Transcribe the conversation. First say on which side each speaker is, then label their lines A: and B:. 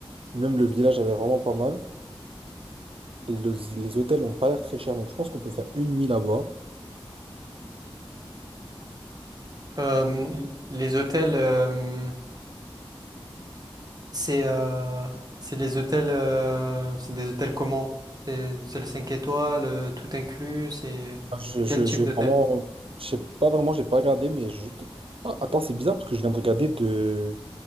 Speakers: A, on the right; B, on the right.
A: Même le village a l'air vraiment pas mal. Et le- les hôtels ont pas l'air très chers. Donc je pense qu'on peut faire une nuit là-bas.
B: Euh, les hôtels, euh, c'est euh, c'est les hôtels, euh, c'est des hôtels comment? C'est c'est les 5 étoiles, euh, tout inclus, c'est
A: Je,
B: c'est quel
A: je,
B: type
A: j'ai
B: d'hôtel?
A: vraiment, je sais pas vraiment, j'ai pas regardé, mais juste. Ah, attends, c'est bizarre parce que je viens de regarder de